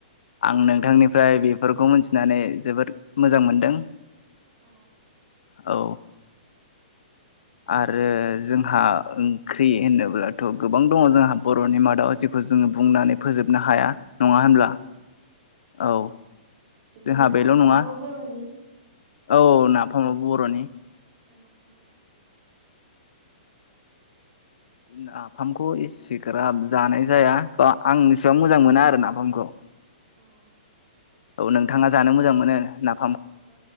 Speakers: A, on the left; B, on the right.
A: आं
B: औ
A: नोंथांनिफ्राय बेफोरखौ मिथिनानै जोबोद मोजां मोनदों
B: औ।
A: औ। आरो जोंहा ओंख्रि होनोब्लाथ' गोबां दङ जोंहा बर'नि मादाव जे बखौ जोङो
B: औ
A: बुंनानै
B: बर'नि
A: फोजोबनो हाया नङा होनब्ला?
B: औ
A: औ।
B: बिदिनो
A: जोंहा बेल'
B: नाफामाबो
A: नङा
B: बर'नि।
A: औ नाफामाबो बर'नि।
B: गानाफा
A: नाफामखौ एसेग्राब जानाय जाया बा आं एसेबां मोजां मोना आरो नाफामखौ।
B: औ
A: औ नोंथाङा जानो मोजां मोनो ना
B: औ